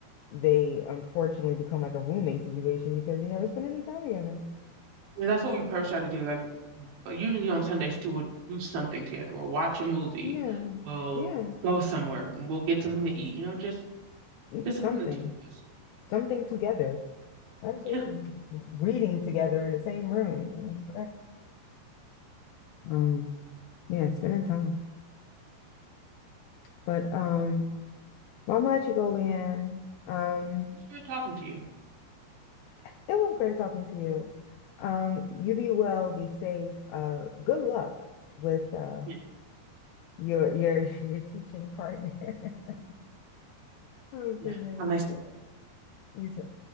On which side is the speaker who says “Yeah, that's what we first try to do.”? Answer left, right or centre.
Right